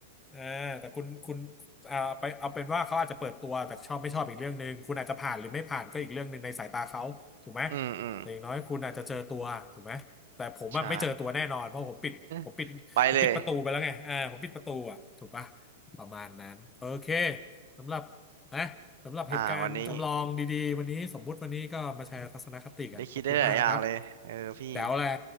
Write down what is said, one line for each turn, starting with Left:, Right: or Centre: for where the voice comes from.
Left: เออแต่คุณคุณเอาไปเอาเป็นว่าเขาอาจจะเปิดตัวแต่ชอบไม่ชอบอีกเรื่องหนึ่งคุณอาจจะผ่านหรือไม่ผ่านก็อีกเรื่องหนึ่งในสายตาเขาถูกไหม
Right: อืมอืม
Left: แต่อย่างน้อยคุณอาจจะเจอตัวถูกไหมแต่ผมอะไม่เจอตัวแน่นอนเพราะผมปิดผมปิดผมปิดประตูไปแล้วไงเออผมปิดประตูอ่ะถูกปะ
Right: ใช่ <laughs> ไปเลย
Left: ประมาณนั้นโอเคสำหรับนะ สำหรับเหตุการณ์จำลองดีๆวันนี้สมมุติวันนี้ก็มาแชร์ทัศนคติกันขอบคุณมากนะครับ
Right: อ่าวันนี้ได้คิดได้หลายอย่างเลยเออพี่
Left: แจ๋วเลย